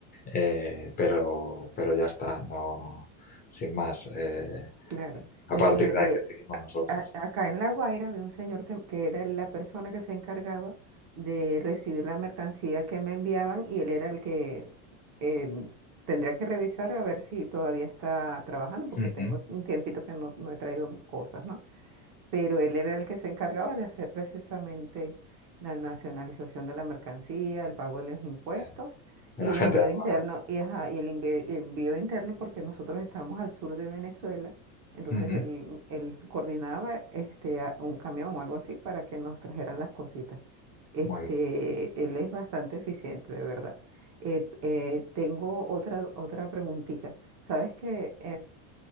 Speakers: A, on the left; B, on the right.
A: eh, pero, pero ya está, no, sin más. eh,
B: claro. Me-
A: a partir
B: eh,
A: de
B: ve,
A: ahí decidimos
B: a-
A: nosotros.
B: a- acá en La Guaira había un señor que, que era la persona que se encargaba de recibir la mercancía que me enviaban y él era el que eh, tendría que revisar a ver si todavía está trabajando porque
A: Ujú.
B: tengo un tiempito que no, no he traído cosas, ¿no? pero él era el que se encargaba de hacer precisamente la nacionalización de la mercancía, el pago de los impuestos
A: Bien.
B: y
A: La
B: el
A: gente
B: envío
A: de aduana.
B: interno, y, ajá, y el envi- envío interno porque nosotros estábamos al sur de Venezuela, entonces
A: Ujú.
B: él, él se coordinaba este, a- un camión o algo así para que nos trajeran las cositas. Este,
A: Muy bien.
B: él es bastante eficiente, de verdad. Eh, eh, tengo otra, otra preguntita. ¿Sabes que